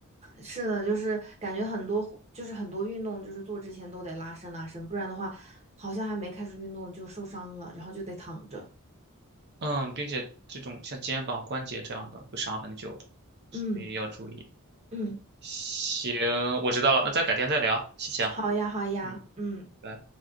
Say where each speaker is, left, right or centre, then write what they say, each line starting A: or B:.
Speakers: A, on the right; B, on the right.
A: 是的，就是感觉很多就是很多运动，就是做之前都得拉伸拉伸，不然的话，好像还没开始运动就受伤了，然后就得躺着。
B: 嗯，并且这种像肩膀关节这样的会伤很久的，所以要注意。
A: 嗯嗯，
B: 行，我知道了，那再改天再聊，谢谢啊。
A: 好呀好呀，
B: 嗯，
A: 嗯。
B: 拜。